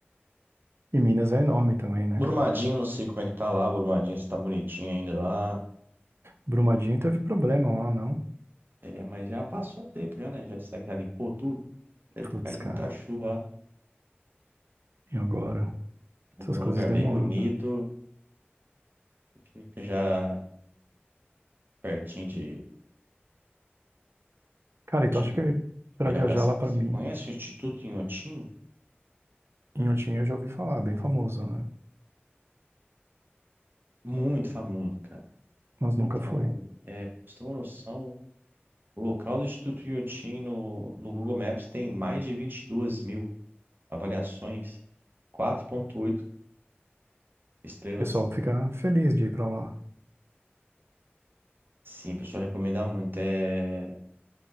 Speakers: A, on the right; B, on the right.
A: E Minas é enorme também, né,
B: Brumadinho,
A: cara?
B: não sei como é que tá lá, Brumadinho, se tá bonitinho ainda lá.
A: Brumadinho teve problema lá, não?
B: É, mas já passou um tempo já, né? Já, já limpou tudo. Deve
A: Putz,
B: ter caído
A: cara.
B: muita chuva lá.
A: E agora?
B: Vamos
A: Essas
B: um
A: coisas
B: lugar
A: demoram,
B: bem bonito.
A: né?
B: Fica já pertinho de,
A: Cara, e tu
B: de
A: acha que pra
B: BH.
A: viajar
B: Você
A: lá pra
B: você
A: Minas,
B: conhece o Instituto Inhotim?
A: Inhotim eu já ouvi falar, bem famoso, né?
B: Muito famoso, cara.
A: Mas
B: Muito
A: nunca fui.
B: famoso.
A: O
B: É, pra você ter uma noção, o local do Instituto Inhotim no, no Google Maps tem mais de 22 mil avaliações, quatro ponto oito estrelas.
A: pessoal fica feliz de ir pra lá.
B: Sim, pessoal, recomendar muito. É,